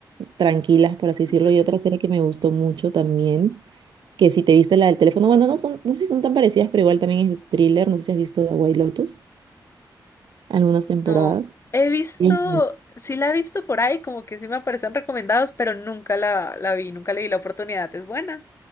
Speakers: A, on the right; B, on the left.
A: tranquilas, por así decirlo.
B: Ujú.
A: Y otra serie que me gustó mucho también, que si te viste la del teléfono, bueno, no son, no sé si son tan parecidas, pero igual también es thriller. No sé si has visto The White Lotus, algunas temporadas.
B: No, he visto,
A: Sí.
B: sí la he visto por ahí, como que sí me aparecen recomendados, pero nunca la, la vi, nunca le di la oportunidad. Es buena.